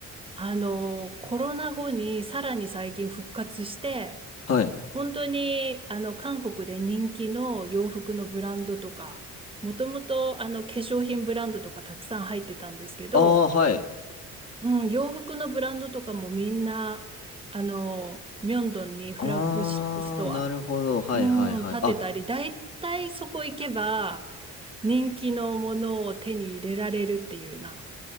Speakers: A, on the right (about 20°); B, on the left (about 55°).
A: あの、コロナ後にさらに最近復活して、
B: はい。
A: 本当に、あの、韓国で人気の洋服のブランドとか、もともと、あの、化粧品ブランドとかたくさん入ってたんですけど、
B: ああ、はい。
A: うん、洋服のブランドとかもみんな、あの、ミョンドンにフラッグシップストア、
B: ああ、なるほど。はいはいはい。
A: うん、建てたり、
B: あ、
A: だいたいそこ行けば、人気のものを手に入れられるっていうような